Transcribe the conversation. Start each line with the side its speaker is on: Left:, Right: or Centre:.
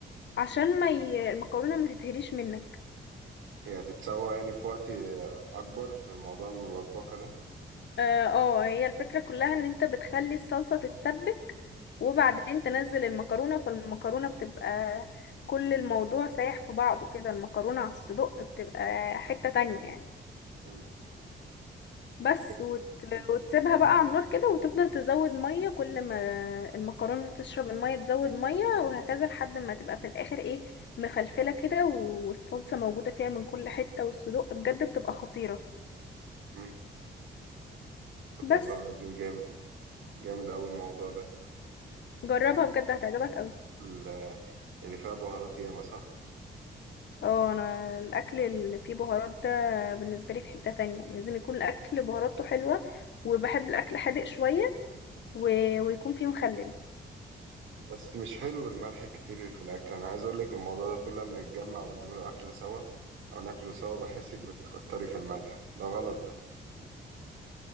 Left: عشان ما ي... المكرونه ما تتهريش منك
Right: هي هتتسوى يعني في وقت آه، اكبر في موضوع المبكبكة ده
Left: اه آه، هي الفكرة كلها ان انت بتخلي الصلصة تتسبك وبعدين تنزل المكرونة فالمكرونة بتبقى كل الموضوع سايح في بعضه كده المكرونة على الصدق بتبقى حتة تانية يعني
Right: م.
Left: بس
Right: جامد
Left: وت...
Right: مش
Left: وتسيبها
Right: بتقوليني؟
Left: بقى على النار كده وتفضل تزود مية كل ما المكرونة تشرب المية تزود مية وهكذا لحد ما تبقى في الآخر ايه مفلفلة كده والصلصة موجودة فيها من كل حتة والصدق بجد بتبقى خطيرة
Right: م. طب والله
Left: بس
Right: العظيم جامد جامد اوي الموضوع ده
Left: جربها
Right: شكلك
Left: بجد هتعجبك
Right: ال- اللي فيها بهارات ياما صح
Left: اه انا الاكل اللي فيه بهارات ده بالنسبه لي في حته تانية لازم يكون الاكل بهاراته حلوه وبحب الاكل حادق شويه و... ويكون فيه مخلل
Right: بس مش حلو الملح الكتير في الأكل أنا عايز أقولك الموضوع ده كله لما نتجمع ونعمله أكلة سوا أو ناكله سوا بحسك بتكتري في الملح ده غلط ده